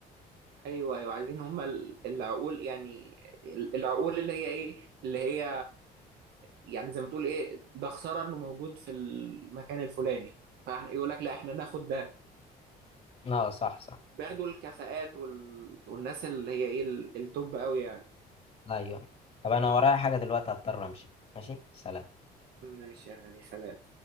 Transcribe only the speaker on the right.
ايوه ايوه عايزين هم ال- العقول يعني ال- العقول اللي هي ايه اللي هي يعني زي ما تقول ايه ده خساره انه موجود في المكان الفلاني فيقول لك لا احنا ناخد ده
بياخدوا الكفاءات وال... والناس اللي هي ايه ال- التوب قوي يعني
ماشي يعني سلام